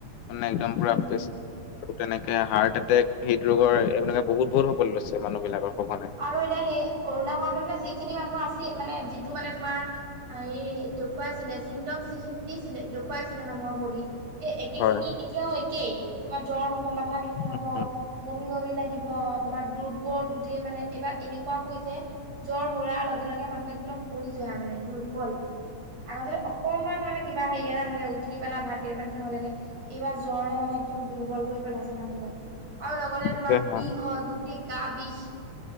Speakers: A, on the left (about 80°); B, on the right (about 55°).
A: মানে একদম পুৰা।
B: উম।
A: আৰু তেনেকে হাৰ্ট এটেক হৃদ ৰোগৰ এইবিলাকে বহুত বহুত হবলৈ লৈছে মানুহ বিলাকৰ। সঘনাই।
B: আৰু এতিয়া সেই কৰোণা হতে যিখিনি মানুহ আছি মানে। টো মানে তোমাৰ হেৰি দেখুৱাইছিলে ছিংডম যিখিনি দিছিলে দেখুৱাইছিলে মানুহৰ বডীত। এই একে
A: হয়।
B: খিনি এতিয়াও একেই তোমাৰ জ্বৰ হব মাথা বিষ হব
A: উম,
B: বমি বমি লাগিব। তোমাৰ দুৰ্বল গোটেই মানে। এইবাৰ এনেকুৱা কৈছে জ্বৰ সৰাৰ লগে লগে মানুহ একদম পৰি যোৱা মানে দুৰ্বল। আগতে অকনমান মানে কিবা হেৰি এটা থাকে উঠি পেলা ভাত কেইটামান খাব লাগে এইবাৰ জ্বৰে মানে। একদম দুৰ্বল কৰি পেলাইছে মানুহবোৰ আৰু লগতে
A: তাকেহে
B: তোমাৰ বিষ হয় গোটেই গা বিষ।